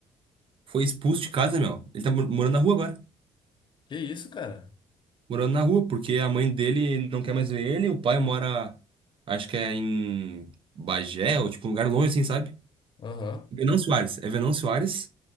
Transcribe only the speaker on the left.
Que isso, cara?
Aham.